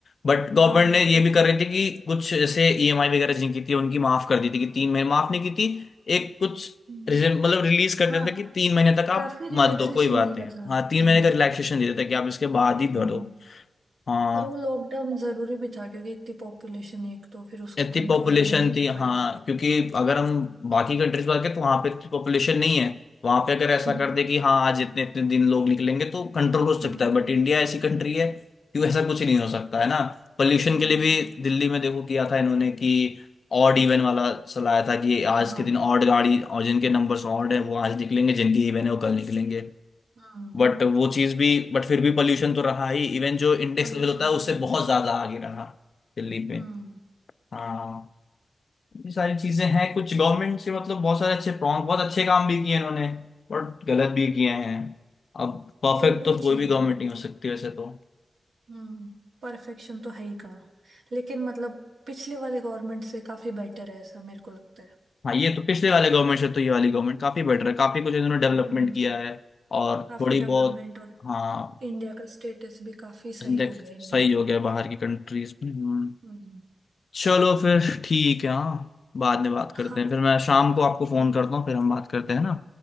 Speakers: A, on the left; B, on the right.
A: बट गवर्नमेंट
B: हाँ
A: ने
B: वो
A: ये
B: तो
A: भी
B: है
A: कर रही थी कि कुछ जैसे ईएमआई वगैरह जिनकी थी उनकी माफ कर दी थी कि तीन महीने माफ नहीं की थी एक कुछ
B: हम्म,
A: रिजन- मतलब रिलीज कर
B: हाँ
A: देता था कि तीन महीने तक आप
B: काफी रिलैक्सेशन
A: मत दो कोई बात
B: दिया
A: नहीं
B: था
A: हाँ तीन
B: हम्म
A: महीने का रिलैक्सेशन दे देता था कि आप इसके बाद ही
B: हम्म
A: भर दो हाँ
B: और वो लॉकडाउन जरूरी भी था क्योंकि इतनी पॉपुलेशन है एक तो फिर उसको
A: इतनी
B: कंट्रोल
A: पॉपुलेशन
B: करना बहुत
A: थी
B: बड़ी
A: हाँ
B: बात है
A: क्योंकि अगर हम बाकी कंट्रीज में तो वहां पे इतनी पॉपुलेशन नहीं है वहां पे अगर ऐसा
B: हम्म
A: कर दे कि हाँ आज इतने इतने दिन लोग निकलेंगे तो कंट्रोल हो
B: हम्म
A: सकता है बट इंडिया ऐसी कंट्री है कि ऐसा कुछ नहीं हो सकता है ना पोल्यूशन
B: कुछ नहीं
A: के
B: हो
A: लिए भी
B: सकता
A: दिल्ली में देखो किया था इन्होंने कि ऑड इवन वाला चलाया था कि
B: हाँ
A: आज
B: हाँ
A: के दिन ऑड गाड़ी और जिनके नंबर्स ऑड है वो आज निकलेंगे जिनके इवन है वो कल निकलेंगे
B: हम्म
A: बट वो चीज भी बट फिर भी पोल्यूशन तो रहा ही इवन जो इंडेक्स
B: पॉल्यूशन
A: लेवल होता है उससे
B: तो रहता
A: बहुत
B: है
A: ज्यादा आगे रहा दिल्ली में
B: हम्म
A: हाँ ये सारी चीजें हैं कुछ गवर्नमेंट से मतलब बहुत सारे अच्छे प्रॉन्ग बहुत अच्छे काम भी किए इन्होंने और गलत भी किए हैं अब परफेक्ट
B: दोनों
A: तो
B: ही
A: कोई
B: चीजें
A: भी गवर्नमेंट नहीं हो सकती वैसे तो
B: हम्म परफेक्शन तो है ही का लेकिन मतलब पिछले वाले गवर्नमेंट से काफी बेटर है ऐसा मेरे को लगता है
A: हाँ ये तो पिछले वाले गवर्नमेंट से तो ये वाली गवर्नमेंट काफी बेटर है काफी कुछ इन्होंने डेवलपमेंट
B: हम्म
A: किया है और
B: काफी
A: थोड़ी
B: डेवलपमेंट
A: बहुत
B: और
A: हाँ
B: इंडिया का स्टेटस भी काफी सही
A: index
B: हो गया इन दिनों
A: सही हो गया बाहर की कंट्रीज में हम्म।
B: हम्म
A: चलो फिर ठीक है हाँ बाद में बात
B: हाँ
A: करते हैं फिर मैं शाम को आपको
B: ठीक
A: फोन करता हूँ फिर हम बात करते हैं ना